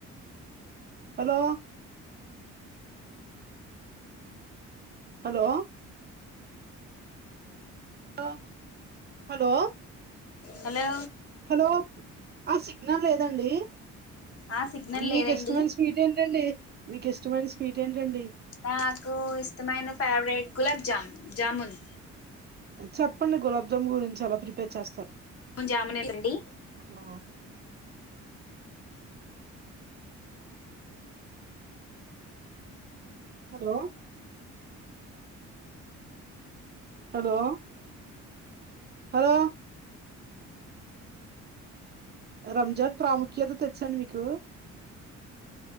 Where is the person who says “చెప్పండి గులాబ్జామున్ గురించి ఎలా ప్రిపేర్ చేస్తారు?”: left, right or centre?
Right